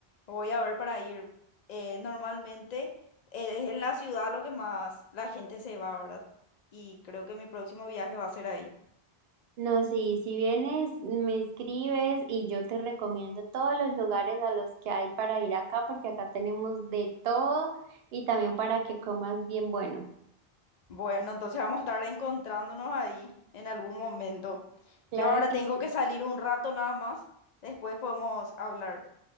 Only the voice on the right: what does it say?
No, sí, si vienes, me escribes y yo te recomiendo todos los lugares a los que hay para ir acá, porque acá tenemos de todo y también para que comas bien bueno.
Claro
que
sí.